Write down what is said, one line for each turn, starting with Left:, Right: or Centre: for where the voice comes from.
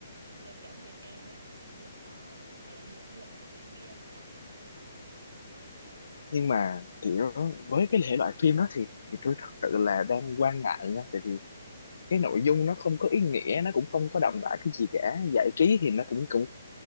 Right: lôi kéo người xem ấy dựa vào gọi là nhiệt lượng của diễn viên đã
Left: nhưng mà kiểu với cái thể loại phim đó thì, thì tôi thật sự là đang quan ngại nha tại vì cái nội dung nó không có ý nghĩa nó cũng không có đậm đà cái gì cả giải trí thì nó cũng cũng